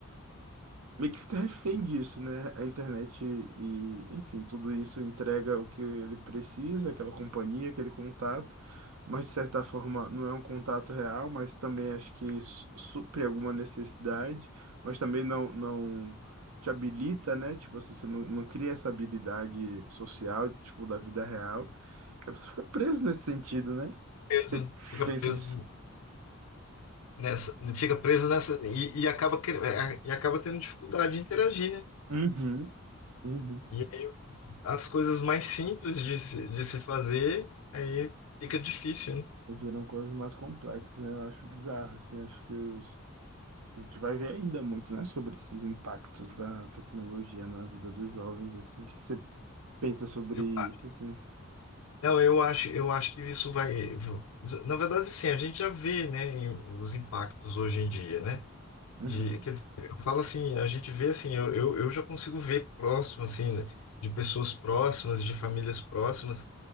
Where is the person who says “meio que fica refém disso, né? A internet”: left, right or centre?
Right